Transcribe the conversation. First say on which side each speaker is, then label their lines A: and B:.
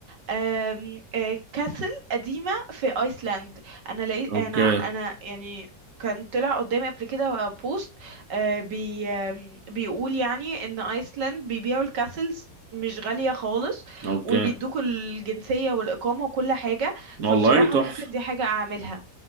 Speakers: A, on the right; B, on the right.
A: آم، آه، كاسل قديمة في ايسلاند انا لقيت
B: اوكي
A: انا انا يعني كان طلع قدامي قبل كده بوست آه، بي آم، بيقول يعني ان ايسلاند بيبيعوا الكاسلز مش غالية خالص
B: اوكي
A: وبيدوكوا الجنسية والإقامة وكل حاجة
B: والله
A: فبصراحة
B: تحفه
A: ممكن دي حاجة أعملها